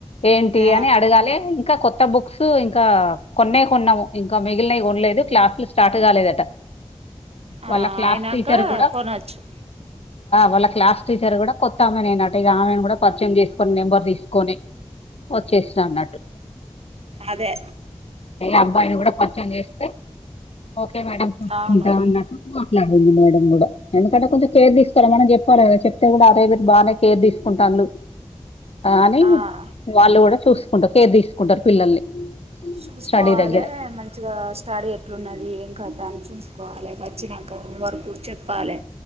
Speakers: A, on the left (about 60°); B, on the right (about 60°).
A: ఏంటి
B: ఆ
A: అని అడగాలి ఇంకా కొత్త ఇత్త బుక్స్ ఇంకా కొన్న కొన్నాము ఇంకా మిగిలినవి కొనలేదు క్లాసులు స్టార్ట్ కాలేదట
B: ఆ
A: వాళ్ళ క్లాస్
B: అయినాక
A: టీచర్ కూడా
B: కొనచ్చు
A: వాళ్ళ క్లాస్ టీచర్ కూడా కొత్త ామె నేనట ఇ ఆమెను కూడా పరిచయం చేసుకొని నెంబర్ తీసుకొని వచ్చేస్త అన్నట్టు
B: అదే
A: అ అబ్బాయిని కూడా కొంచెం చేస్తే ఓకే మేడ చూసుంటా
B: అవును
A: అన్నట్టు మాట్లాడింది మేడం కూడా ఎందుకంటే కొంచెం కేర్ తీసుకోవాలి మనం చెప్పాలి కదా చెప్తే కూడా అదేరు బాగానే కేర్ తీసుకుంటానులు అని
B: ఆ
A: వాళ్ళు కూడా చూసుకుంటారు కేర్ తీసుకుంటారు పిల్లల్ని
B: చూసుకోవాలి
A: స్టడీ దగ్గర
B: మంచిగా స్టడీ ఎట్లున్నది ఏం కథ చూసుకోవాలి వచ్చాక వరకు చెప్పాలి